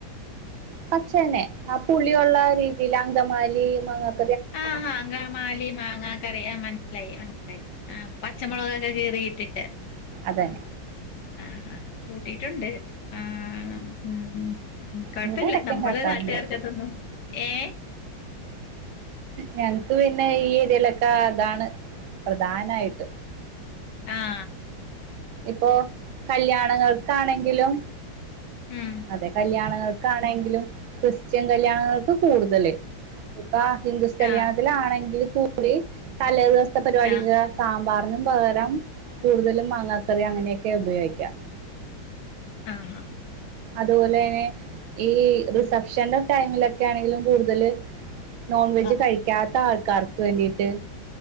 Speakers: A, on the right; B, on the left.
A: പച്ചതന്നെ ആ പുളി ഉള്ള രീതില <unintelligible>
B: ആഹ് ങ്ങമാലി മാങ്ങ കറിയാ മനസ് നസ്സിലായീ മനസ്സിലായി ആ പച്ചമൊളകൊക്കെ കീറിയിട്ടിട്ട്
A: അതെ.
B: ആഹ് ആ കൂട്ടിട്ടുണ്ട് ആ. ഉം ഉം കൊഴപ്പില്ലാ
A: ഇവിടെ ഇടക്ക്
B: നമ്മള്
A: ഇണ്ടാക്കാറുണ്ട്
B: നാട്ടുകാർക്കെത്തൊന്നും യെ
A: ഞങ്ങക്ക് പിന്നെ ഈ ഇതിലെക്കെ അതാണ് പ്രധാനായിട്ട്
B: ആാ
A: ഇപ്പോ കല്യാണങ്ങൾക്കാണെങ്കിലും
B: ഉം
A: അതെ കല്യാണ ആണെങ്കിലും ക്രിസ്ത്യൻ കല്യാണങ്ങൾക്ക് കൂടുതല് ഇപ്പാ ഹിന്ദുസ് കല്യാണത്തിലാണെങ്കി
B: ആഹ്
A: കൂടി തലെ ദിവസത്തെ പരിപാടിക
B: ആഹ്
A: സാമ്പാറ് ന് പകരം കൂടുതലും മാങ്ങക്കറി അങ്ങനെയൊക്കെ
B: ആഹ്
A: ഉപയോഗിക്ക്യാ
B: ആാ ആാ
A: അത് പോലെ തന്നെ ഈ റിസെപ്ഷൻ ടൈമിലൊക്കെ ആണെങ്കിലും കൂടുതല് നോൺ വെജ്
B: ആഹ്
A: കഴിക്കാത്ത ആൾക്കാർക്ക് വേണ്ടിട്ട്